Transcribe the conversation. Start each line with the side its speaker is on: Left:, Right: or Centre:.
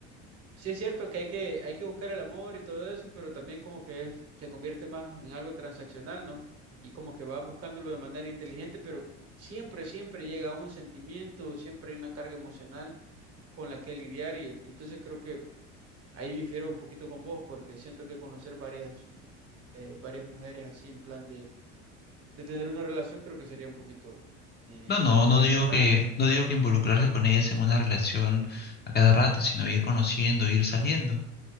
Right: Sí es cierto que hay que, hay que buscar el amor y todo eso, pero también como que es- se convierte más en algo transaccional, ¿no? Y como que vas buscándolo de manera inteligente, pero siempre, siempre llega un sentimiento, siempre hay una carga emocional con la que lidiar y en- entonces creo que ahí difiero un poquito con vos porque siento que conocer varias, eh, varias mujeres así en plan de, de tener una relación creo que sería un poquito eh,
Left: No, no, no
Right: desgastante.
Left: digo que, no digo que involucrarse con ellas en una relación a cada rato, sino ir conociendo, ir saliendo.